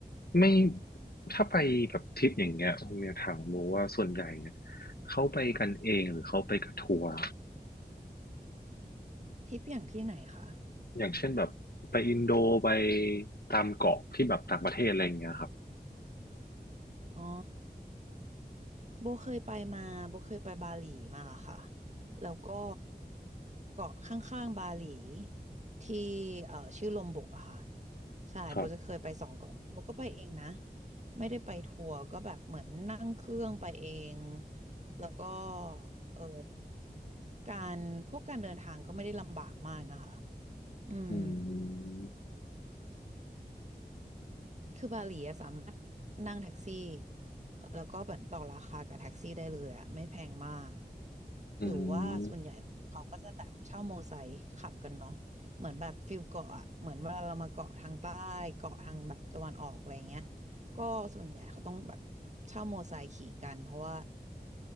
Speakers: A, on the left; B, on the right.
A: ไม่ถ้าไปแบบทริปอย่างเงี้ยผมอยากถามโมว่าส่วนใหญ่เนี่ยเขาไปกันเองหรือเขาไปกับทัวร์
B: ทริปอย่างที่ไหนคะ
A: อย่างเช่นแบบไปอินโดไปตามเกาะที่แบบต่างประเทศอะไรอย่างเงี้ยครับ
B: อ๋อ โบเคยไปมาโบเคยไปบาหลีมาค่ะแล้วก็เกาะข้างๆบาหลีที่เอ่อชื่อลมบกอะค่ะใช่โบจะเคยไปสองเกาะนี้โบก็ไปเองนะ
A: ครับ
B: ไม่ได้ไปทัวร์ก็แบบเหมือนนั่งเครื่องไปเองแล้วก็เออการพวกการเดินทางก็ไม่ได้ลำบากมากนะคะอืม
A: อืม
B: คือบาหลีอะสามารถนั่งแท็กซี่แล้วก็เหมือนต่อราคากับแท็กซี่ได้เลยอะไม่แพงมาก
A: อืม
B: หรือว่าส่วนใหญ่เขาก็จะแบบเช่าโมไซค์ขับกันเนาะเหมือนแบบฟิลเกาะอะเหมือนเวลาเรามาเกาะทางใต้เกาะทางแบบตะวันออกอะไรเงี้ยก็ส่วนใหญ่เขาต้องแบบเช่าโมไซค์ขี่กันเพราะว่า